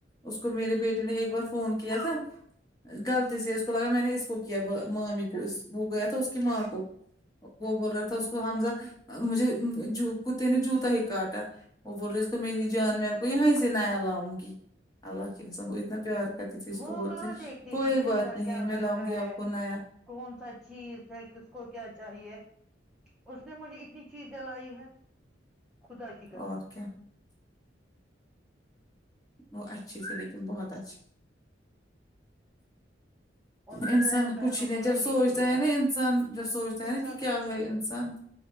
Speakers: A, on the left (about 20°); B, in the centre.
A: اس کو میرے بیٹے نے ایک بار فون کیا تھا
B: ہاں
A: غلطی سے اس کو لگا میں نے اس کو کیا مامی کو وہ گیا تھا اس کی ماں کو وہ بول رہا تھا اس کو حمزہ مجھے کتے نے جوتا ہی کاٹا وہ بولو اس کو میری جان میں آپ کو یہیں سے نیا لاؤں گی اللہ کے وہ اتنا پیار کرتی تھیز
B: وہ
A: تو بولتی
B: کہاں دیکھتی
A: کوئی
B: تھی کس
A: بات
B: کا
A: نہیں
B: کیا
A: ہے میں
B: بچہ
A: لاؤں گی
B: ہے
A: آپ کو نایا
B: کون سا چیز ہے کس کو کیا چاہیے اس نے مجھے اتنی چیز جلائی ہے خدا کی قسم
A: اور کیا وہ اچھے سےھی لیکن بہت اچھھی
B: ان کو
A: انسان
B: دونوں بہنوں
A: کچھ ہی نہیں
B: کو نا
A: جب
B: یہی
A: سوچتا
B: ہوا
A: ہے نا انسان جب سوچتا ہے
B: انسان
A: نا کہ کیا
B: کچھ
A: ہے
B: بھی نہیں
A: انسان
B: ہے